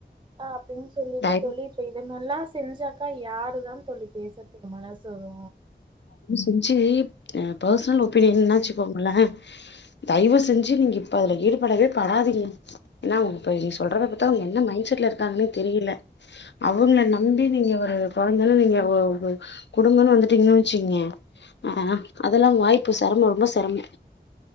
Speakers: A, on the right (about 25°); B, on the left (about 75°).
A: அப்படின்னு சொல்லிட்டு
B: தயவு
A: தோழி இப்ப நல்லா செஞ்சாக்கா யாருதா தோழி பேசுராதுக்கு மனசு வரு
B: செஞ்சு பர்சனல் ஒபீனியனாச்சு கோங்கலே தயவு
A: ம்
B: செஞ்சு நீங்க இப்ப அதுல ஈடுபடவே படாதீங்க ஏன்ன உங்க இ நீங்க
A: ம்
B: சொல்றதப்ப பத்தா அவுங்க என்ன மண்ட் செட்ல இருக்காங்கன்னு தெரியல அவங்கள நம்பி நீங்க ஒரு குழந்தாலும் நீங்க குடும்பன்னனு வந்துட்டீங்கன்னு சிங்க ஆ அதெல்லாம்
A: ம்
B: வாய்ப்பு சரமோ ரொம்ப சரமோ